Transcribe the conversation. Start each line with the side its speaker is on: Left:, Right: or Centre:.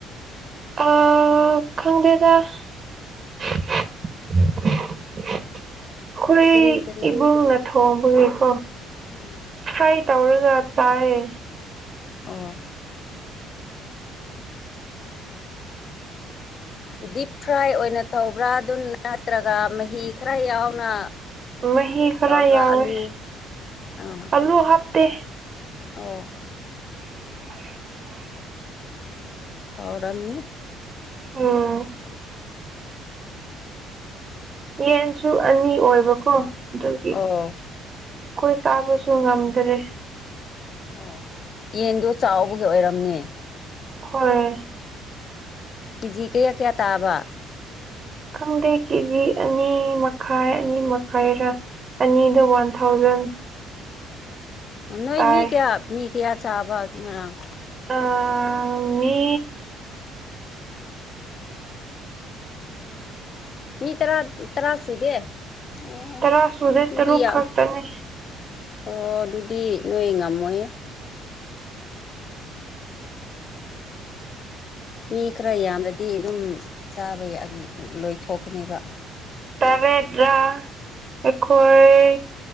Right: ꯑ ꯈꯪꯗꯦꯗ ꯑꯩꯈꯣꯢ
Left: ꯀꯔꯤ ꯀꯔꯤ
Right: ꯏꯕꯨꯡꯅ ꯊꯣꯡꯕꯒꯤꯀꯣ
Left: ꯎꯝ
Right: ꯐ꯭ꯔꯥꯏ ꯇꯧꯔꯒ ꯆꯥꯏꯌꯦ
Left: ꯑꯣ
Right: <unintelligible>
Left: ꯗꯤꯞ ꯐ꯭ꯔꯥꯏ ꯑꯣꯏꯅ ꯇꯧꯕ꯭ꯔꯥ ꯑꯗꯨ ꯅꯠꯇ꯭ꯔꯒ ꯃꯍꯤ ꯈꯔ ꯌꯥꯎꯅ
Right: ꯃꯍꯤ ꯈꯔ
Left: ꯇꯧꯕ꯭ꯔꯥ
Right: ꯌꯥꯎꯋꯦ
Left: ꯑꯂꯨ ꯑꯥ
Right: ꯑꯂꯨ ꯍꯥꯞꯇꯦ
Left: ꯑꯣ
Right: <inaudible>
Left: ꯍꯧꯔꯝꯅꯤ
Right: ꯑꯥ ꯌꯦꯟꯁꯨ ꯑꯅꯤ ꯑꯣꯏꯕꯀꯣ ꯑꯗꯨꯒꯤ ꯑꯩꯈꯣꯏ
Left: ꯑꯣ
Right: ꯆꯥꯕꯁꯨ ꯉꯝꯗ꯭ꯔꯦ
Left: ꯑꯣ ꯌꯦꯟꯗꯣ ꯆꯥꯎꯕꯒꯤ ꯑꯣꯏꯔꯝꯅꯦ
Right: ꯍꯣꯏ
Left: ꯀꯦꯖꯤ ꯀꯌꯥ ꯀꯌꯥ ꯇꯥꯕ
Right: ꯈꯪꯗꯦ ꯀꯦꯖꯤ ꯑꯅꯤ ꯃꯈꯥꯏ ꯑꯅꯤ ꯃꯈꯥꯏꯔꯥ ꯑꯅꯤꯗ ꯋꯥꯟ ꯊꯥꯎꯖꯟ
Left: ꯅꯣꯏ
Right: ꯇꯥꯏ
Left: ꯃꯤ ꯀꯌꯥ ꯃꯤ ꯀꯌꯥ ꯆꯥꯕ ꯉꯔꯥꯡ
Right: ꯑꯥ ꯃꯤ
Left: ꯃꯤ ꯇꯔꯥ ꯇꯔꯥꯥ ꯁꯨꯗꯦ ꯑꯣ
Right: ꯇꯥꯁꯨꯗꯦ
Left: ꯑꯗꯨꯗꯤ
Right: ꯇꯥꯔꯨꯛ
Left: ꯌꯥꯝ
Right: ꯈꯛꯇꯅꯦ
Left: ꯑꯣ ꯑꯗꯨꯗꯤ ꯅꯣꯏ ꯉꯝꯃꯣꯢꯍꯦ ꯃꯤ ꯈꯔ ꯌꯥꯝꯔꯗꯤ ꯑꯗꯨꯝ ꯆꯥꯕ ꯌꯥ ꯂꯣꯏꯊꯣꯛꯀꯅꯦꯕ
Right: ꯇꯔꯗ꯭ꯔꯥ ꯑꯩꯈꯣꯏ